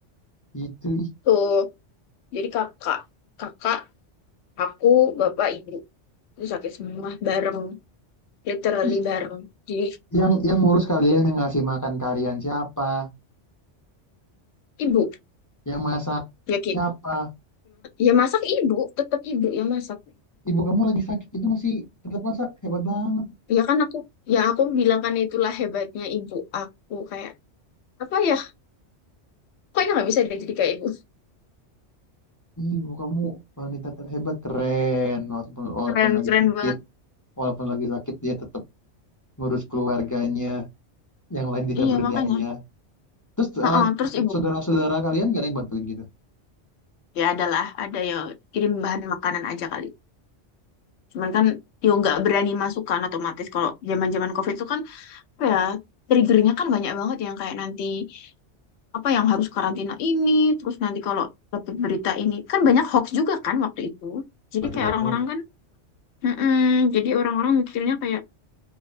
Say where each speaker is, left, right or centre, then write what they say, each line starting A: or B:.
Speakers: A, on the left (about 25°); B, on the left (about 70°).
A: gitu. ih.
B: tuh jadi kakak kakak aku bapak ibu itu sakit semua bareng literally
A: Terus
B: bareng jadi
A: yang yang ngurus kalian, yang ngasih makan kalian siapa?
B: ibu
A: Yang masak
B: ya kita
A: siapa?
B: ya masak ibu tetap ibu yang masak
A: Ibu kamu lagi sakit itu masih tetap masak. Hebat banget.
B: ya kan aku ya aku bilang kan itulah hebatnya ibu aku kayak apa ya pokoknya nggak bisa dia jadi kayak ibu
A: Ibu kamu wanita terhebat keren walaupun walaupun
B: keren
A: lagi
B: keren
A: sakit
B: banget
A: walaupun lagi sakit dia tetap ngurus keluarganya yang lain tidak
B: iya
A: berdaya
B: makanya
A: terus
B: Heeh,
A: eh,
B: terus ibu
A: saudara-saudara kalian gak ada yang bantuin gitu
B: ya adalah ada ya kirim bahan makanan aja kali cuman kan ya nggak berani masukkan otomatis kalau zaman zaman covid itu kan apa ya triggernya kan banyak banget yang kayak nanti apa yang harus karantina ini, terus nanti kalau dapat berita ini, kan banyak hoax juga kan waktu itu. Jadi
A: Banyak
B: kayak
A: banget.
B: orang-orang kan, mm-mm, jadi orang-orang mikirnya kayak